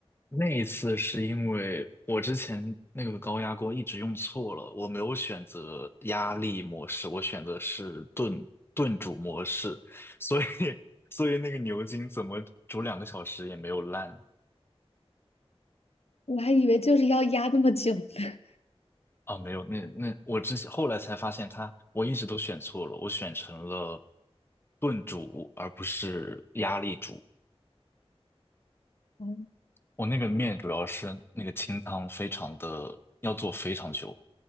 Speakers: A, on the left; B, on the left.
A: 那一次是因为我之前那个高压锅一直用错了，我没有选择压力模式，我选的是炖炖煮模式，所以 <laughs> 所以那个牛筋怎么煮两个小时也没有烂
B: 我还以为就是要压那么久呢。<laughs>
A: 啊，没有，那那我之前后来才发现它，我一直都选错了，我选成了炖煮而不是压力煮。
B: 哦，
A: 我那个面主要是那个清汤非常的，要做非常久，